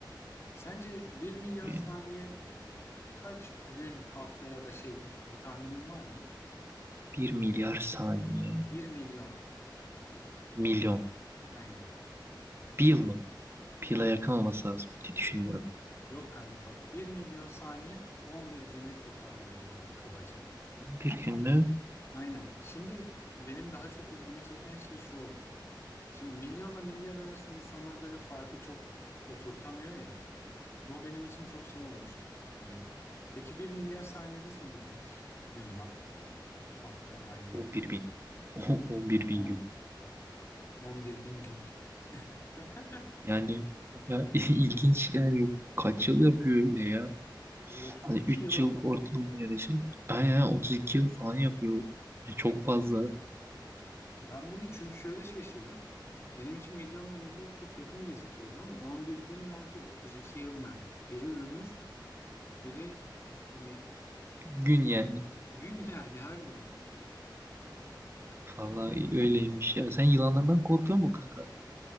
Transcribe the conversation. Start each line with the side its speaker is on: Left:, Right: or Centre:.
Left: Sence bir milyon
Right: Ve
Left: saniye kaç gün hafta ya da şeydir? Bir tahminin var mı?
Right: 1 milyar saniye,
Left: Bir milyon.
Right: milyon,
Left: Aynen.
Right: bir yıl mı? Bir yıla yakın olması lazım diye düşünüyorum.
Left: Yok kanka bak bir milyon saniye 11 güne tekabül ediyor bak kabaca.
Right: 11 gün mü?
Left: Aynen. Şimdi benim daha çok ilgimi çeken şey şu oldu. Şimdi milyonla milyar arasında insanlar böyle farkı çok oturtamıyor ya. Bu benim için çok şey olmuştu. Hani peki bir milyar saniyede sence kaç gün var ya da hafta, ay, yıl?
Right: 11 bin. <laughs> O- on bir bin
Left: O- On-
Right: gün.
Left: 11 bin gün. <laughs>
Right: Yani bayağı <laughs> ilginç yani. Kaç yıl yapıyor öyle ya?
Left: O 32
Right: Hani 3
Left: yıla
Right: yıl
Left: falan.
Right: ortalama ya da şey. Aynen aynen, 32 yıl falan yapıyor. Ya çok fazla.
Left: Ben bunu çünkü şöyle şaşırdım. Benim için milyonla milyar çok yakın gözüküyordu ama 11 gün nerede, 32 yıl nerede? Biri ömür, biri hani
Right: Gün yani.
Left: gün yani harbiden.
Right: Vallahi öyleymiş ya. Sen yılanlardan korkuyor musun kanka?